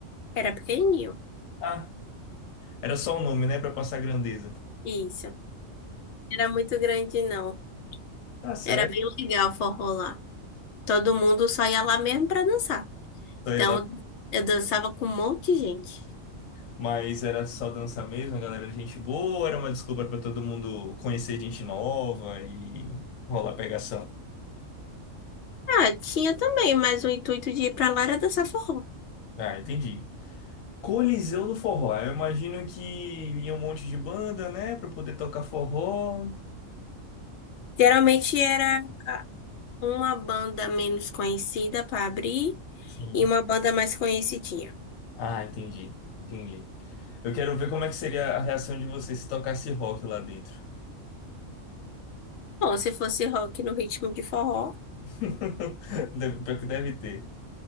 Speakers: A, on the left; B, on the left.
A: Era pequenininho.
B: Ah, era só o nome, né, Pra passar grandeza.
A: Isso. Era muito grande, não.
B: Tá certo,
A: Era bem legal o forró lá. Todo mundo só ia lá mesmo pra dançar.
B: sei
A: Então,
B: lá.
A: eu dançava com um monte de gente.
B: Mas era só dança mesmo, a galera, era gente boa, era uma desculpa pra todo mundo conhecer gente nova e rolar pegação.
A: Ah, tinha também, mas o intuito de ir pra lá era dançar forró.
B: Ah, entendi. Coliseu do Forró. Eu imagino que ia um monte de banda, né, Pra poder tocar forró.
A: Geralmente era uma banda menos conhecida pra abrir
B: Sim.
A: e uma banda mais conhecidinha.
B: Ah, entendi. Entendi. Eu quero ver como é que seria a reação de você se tocasse rock lá dentro.
A: Bom, se fosse rock no ritmo de forró,
B: <laughs> Deve- Pior que deve ter.